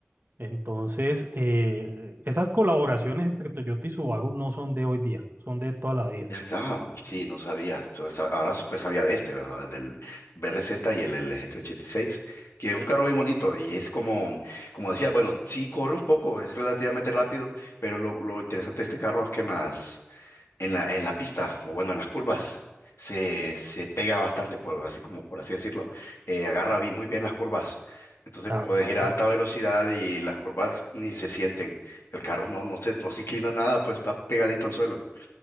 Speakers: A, on the right; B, on the left.
A: Entonces, eh, esas colaboraciones entre Toyota y Subaru no son de hoy día, son de toda la vida.
B: Ya, Ah, sí, no sabía. Entonces, a- Ahora pues sabía de este, ¿verdad? Del BRZ y el, el G T ochenta y seis. que es un carro bien bonito y es como, como decía, bueno, sí corre un poco, es relativamente rápido, pero lo, lo interesante de este carro es que en las, en la, en la pista, o bueno, en las curvas, se, se pega bastante, por, así como por así decirlo. Eh, agarra bi- muy bien las curvas. Entonces
A: Ah,
B: puedes
A: claro.
B: ir a alta velocidad y las curvas ni se sienten. El carro no, no se, no se inclina nada, pues va pegadito al suelo.